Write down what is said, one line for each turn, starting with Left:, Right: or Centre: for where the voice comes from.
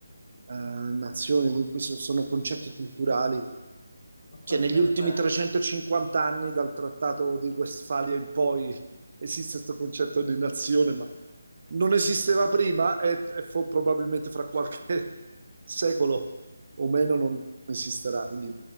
Right: eh, nazioni, in cui so-, sono concetti culturali
Left: ma quanto
Right: che negli
Left: tempo
Right: ultimi
Left: è?
Right: 350 anni dal Trattato di Westfalia in poi esiste questo concetto di nazione, ma non esisteva prima e, e fo- probabilmente fra qualche <laughs> secolo o meno non esisterà. Quindi,